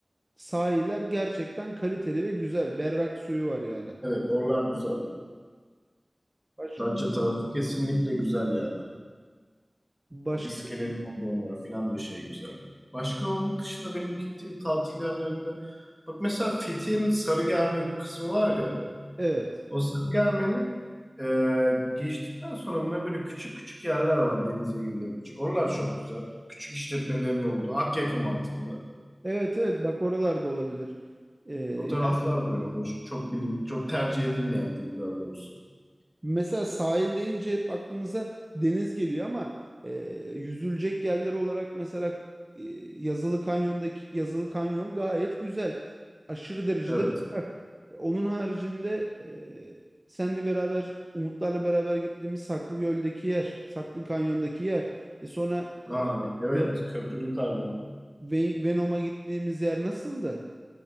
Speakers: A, on the right; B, in the centre.
A: sahiller gerçekten kaliteli ve güzel. Berrak suyu var yani.
B: Evet oralar güzel.
A: Başka?
B: Datça tarafı kesinlikle güzel yani.
A: Başka?
B: O iskelenin olduğu yerler falan da şey güzel. Başka onun dışında benim gittiğim tatil yerlerinde bak mesela Fethiye'nin Sarıgerme kısmı var ya.
A: Evet.
B: O Sarıgerme'nin e, geçtikten sonra buna böyle küçük küçük yerler var denize girilebilecek. Oralar çok güzel. Küçük işletmelerin olduğu Akyaka mantığında.
A: Evet evet bak oralarda olabilir. E,
B: Fotoğraflar böyle hoş. Çok bilim, çok tercih edilmeyen diyeyim daha doğrusu.
A: Mesela sahil deyince hep aklımıza deniz geliyor ama e, yüzülecek yerler olarak mesela e, Yazılı Kanyon'daki Yazılı Kanyon gayet güzel. Aşırı derecede
B: Evet.
A: güzel. Onun haricinde e, senle beraber Umutlarla beraber gittiğimiz Saklıgöl'deki yer, Saklı Kanyon'daki yer. E sonra
B: Ha,
A: e,
B: evet.
A: Ven-
B: Köprülü kanyon.
A: Ven- Venom'a gittiğimiz yer nasıldı?